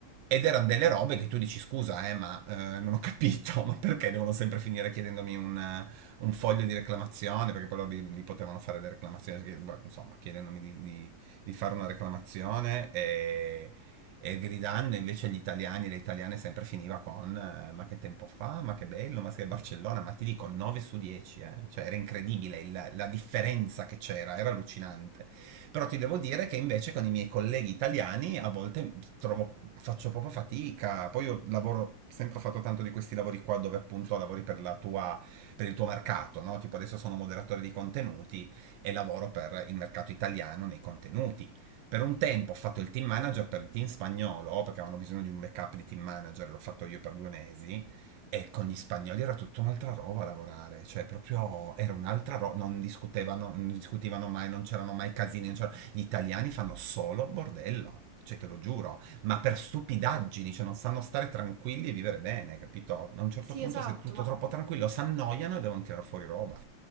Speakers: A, on the right; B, on the right.
A: Ed erano delle robe che tu dici scusa, eh, ma eh, non ho capito, <laughs> ma perché devono sempre finire chiedendomi un, un foglio di reclamazione? Perché poi loro li, li potevano fare le reclamazioni, che, boh, insomma, chiedendomi di, di, di, fare una reclamazione e, e gridando invece agli italiani e alle italiane sempre finiva con eh, ma che tempo fa, ma che bello, ma sei a Barcellona, ma ti dico 9 su 10, eh. Cioè era incredibile il- la differenza che c'era, era allucinante. Però ti devo dire che invece con i miei colleghi italiani a volte trovo- faccio proprio fatica, poi io lavoro, sempre ho fatto tanto di questi lavori qua dove appunto lavori per la tua, per il tuo mercato, no? Tipo adesso sono moderatore di contenuti e lavoro per il mercato italiano nei contenuti per un tempo ho fatto il team manager per il team spagnolo, perché avevano bisogno di un backup di team manager, l'ho fatto io per due mesi. E con gli spagnoli era tutta un'altra roba a lavorare, cioè proprio era un'altra roba, non discutevano, non discutivano mai, non c'erano mai casini, non c'erano- gli italiani fanno solo bordello, cioè te lo giuro, ma per stupidaggini, cioè non sanno stare tranquilli e vivere bene, capito? A un certo
B: Sì,
A: punto
B: esatto,
A: se è tutto
B: ma
A: troppo tranquillo, si annoiano e devono tirare fuori roba.